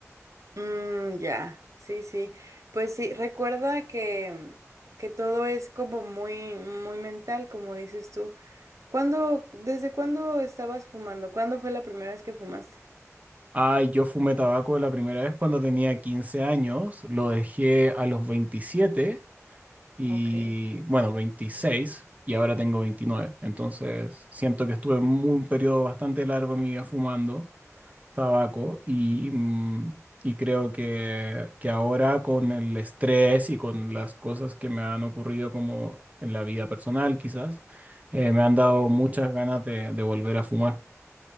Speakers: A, on the right (about 75°); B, on the right (about 30°).
A: Mm, ya, sí, sí. Pues sí, recuerda que, que todo es como muy, muy mental, como dices tú. ¿Cuándo, desde cuándo estabas fumando? ¿Cuándo fue la primera vez que fumaste?
B: Ay, yo fumé tabaco la primera vez cuando tenía 15 años, lo dejé a los 27. y
A: Ok.
B: bueno, veintiséis y ahora tengo veintinueve Entonces siento que estuve en un periodo bastante largo de mi vida fumando tabaco y, mm, y creo que, que ahora con el estrés y con las cosas que me han ocurrido como en la vida personal quizás, eh, me han dado muchas ganas de, de volver a fumar.